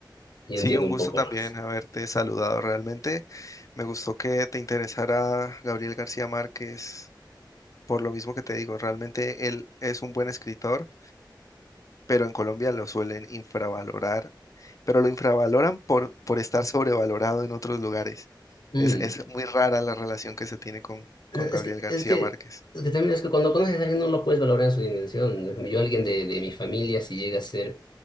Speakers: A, on the left (about 65°); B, on the left (about 45°).
A: Y
B: Sí,
A: entiendo
B: un
A: un
B: gusto
A: poco
B: también
A: más.
B: haberte saludado. Realmente me gustó que te interesara Gabriel García Márquez. Por lo mismo que te digo, realmente él es un buen escritor pero en Colombia lo suelen infravalorar, pero lo infravaloran por, por estar sobrevalorado en otros lugares.
A: Mm,
B: Es, es muy rara la relación que se tiene con, con
A: No, Es
B: Gabriel
A: que,
B: García
A: es que,
B: Márquez.
A: es que también es que cuando conoces a alguien no lo puedes valorar en su dimensión. Por ejemplo, Yo, alguien de, de mi familia, si llega a ser